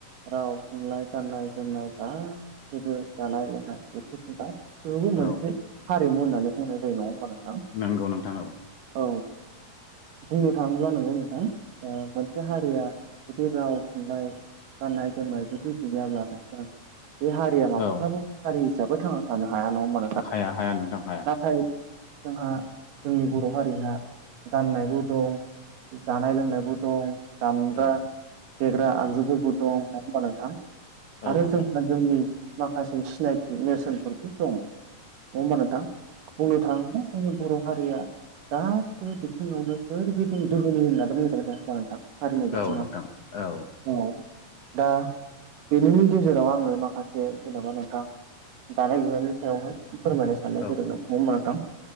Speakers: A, on the right (about 75°); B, on the left (about 65°).
A: राव थुनलाइ गाननाय जोमनाय गासिबो जानाय लोंनाय बेफोरफोरखौ गा बेवबो मोनसे
B: औ
A: हारिमु होननानै बुंनाय जायो नङा होमबा नोंथां
B: नंगौ नोंथां औ
A: औ बुंनो थाङोब्ला नांगौ नोंथां मोनसे हारिया जुदि राव थुनलाइ गाननाय जोमनाय जुदि गैयाब्लानो बे हारिया माब्लाबा
B: औ
A: हारि हिसाबै थांना थानो हाया नङा होमबा
B: हाया हाया नोंथां हाया
A: हाय जोंहा जोंनि बर' हारिआ गाननायबो दं जानाय लोंनायबो दं दामग्रा
B: औ
A: फेग्रा आगजुफोरबो दं नङा होमबा नोंथां
B: औ
A: आरो
B: नोंथां
A: जों जोंनि माखासे सिनायथि नेरसोनफोरबो दङ नंआ होनबा नोंथां बुं नोंथां जोंनि बर' हारिया गासिबो बिथिङावनो ओरबायदि दोहोनि होननानै जोरदों होमब आ दा हारिमु बिथिङाव
B: औ नोंथां औ
A: औ दा बेनिनो गेजेराव आङो माखासे जेनेबा नोंथां दानाय लुनायनि सायावहाय फोरमायनो साननायगिरदों
B: औ
A: नोंथां